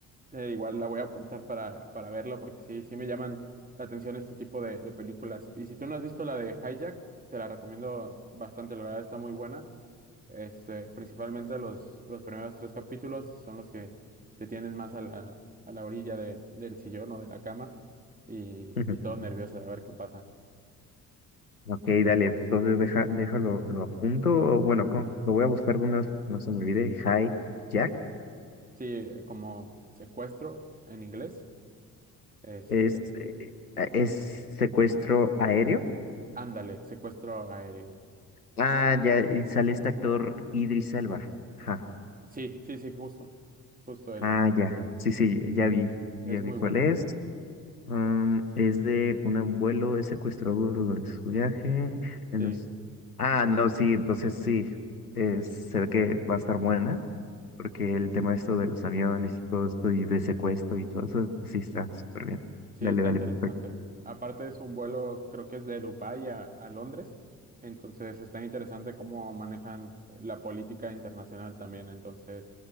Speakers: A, on the right (about 20°); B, on the left (about 80°).
A: eh, igual la voy a apuntar para, para verla porque sí, sí me llaman la atención este tipo de, de películas. Y si tú no has visto la de Hijack, te la recomiendo bastante, la verdad está muy buena. Este, principalmente los, los primeros tres capítulos son los que te tienen más a la, a la orilla de- del sillón o de la cama y,
B: Ujú.
A: y todo nervioso de ver qué pasa.
B: Ok, dale, entonces deja, déjalo, lo apunto, o bueno, con- lo voy a buscar de una, vez, no se me olvide, Jack,
A: Sí, como secuestro en inglés. Este,
B: es, eh, eh, es secuestro aéreo.
A: ándale, secuestro aéreo.
B: Ah, ya, y sale este actor Idris Elba. Ajá.
A: Sí, sí, sí, justo, justo él.
B: Ah, ya. Sí, sí, ya vi.
A: Es
B: Ya
A: muy
B: vi cuál
A: buena.
B: es. Am, es de un abuelo es secuestrado durante su viaje. en
A: Sí.
B: los- Ah, no, sí, entonces sí. Es, se ve que va a estar buena, porque el tema esto de los aviones y todo esto y de secuestro y todo eso, sí está súper bien.
A: Sí,
B: Dale,
A: está
B: dale,
A: interesante.
B: perfecto.
A: Aparte es un vuelo, creo que es de Dubái a, a Londres, entonces está interesante cómo manejan la política internacional también, entonces